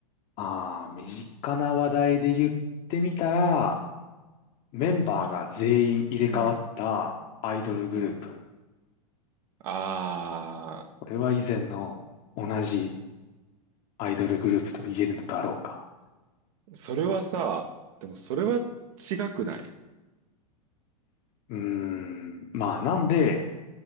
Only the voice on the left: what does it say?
ああ、身近な話題で言ってみたら、メンバーが全員入れ替わったアイドルグループ。
これは以前の同じアイドルグループと言えるのだろうか。
うーん。まあ、なんで、